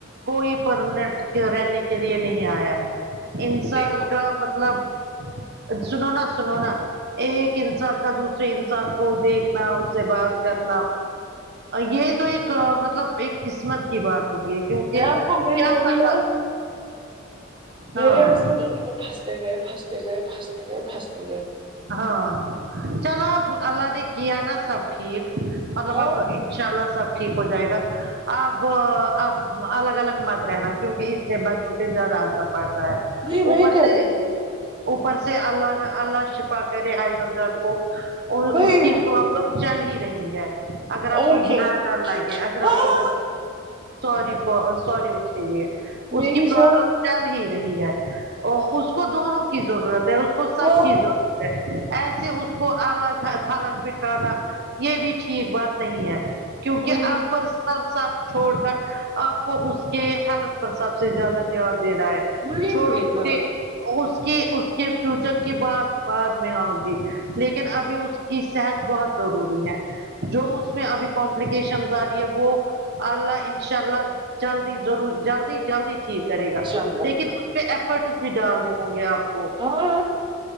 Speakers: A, on the right; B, on the right.
A: کوئی پرمننٹ رہنے کے لیے نہیں آیا ہے انسان
B: دیکھو
A: کا مطلب سنونا سنونا ایک انسان کا دوسرے انسان کو دیکھنا اس سے بات کرنا یہ تو ایک مطلب ایک قسمت کی بات ہوتی ہے کیونکہ
B: میں آپ کو وہی
A: کیا
B: بول
A: پتا
B: رہی ہوں میرے
A: ہاں
B: ہسبینڈ اسی میں پھستے گئے پھستے گئے پھستے گئے پھستے گئے
A: ہاں چلو اب اللہ نے کیا نا سب ٹھیک مطلب
B: ہاں
A: اب ان شاء اللہ سب ٹھیک ہو جائے گا اب اب الگ الگ مت رہنا کیونکہ اس سے بچوں پہ زیادہ اثر پڑتا ہے
B: نہیں وہی
A: اوپر
B: کر
A: سے
B: رہے ہیں
A: اوپر سے اللہ اللہ شفا کرے ائیزن جان کو اور
B: وہی
A: اس کی پرابلم چل ہی رہی ہے اگر آپ
B: اور
A: کو
B: کیا
A: برا نہ لگے اگر
B: ہاں
A: آپ کو برا سوری فار سوری اس کے لیے اس
B: میری
A: کی پرابلم
B: جان
A: چل ہی رہی ہے اس کو دونوں کی ضرورت ہے اس کو سب
B: ہاں
A: کی ضرورت ایسے اس کو الگ تھلگ بٹھانا یہ بھی ٹھیک بات نہیں ہے کیونکہ
B: وہی
A: آ پر سب چھوڑ کر آپ کو اس کے حالت پر سب سے زیادہ دھیان دینا ہے
B: وہی
A: چھوڑو
B: میری
A: اس
B: جان
A: کے اس کی اس کے فیوچر کے بعد بعد میں آؤ گی لیکن ابھی اس کی صحت بہت ضروری ہے جو اس میں ابھی کمپلیکیشن آ رہی ہے وہ اللہ انشاء اللہ جلدی ضرور جلدی جلدی چی کرے گا
B: انشاء اللہ
A: لیکن اس پہ ایفرٹس بھی ڈالنے ہوں گے آپ کو
B: اور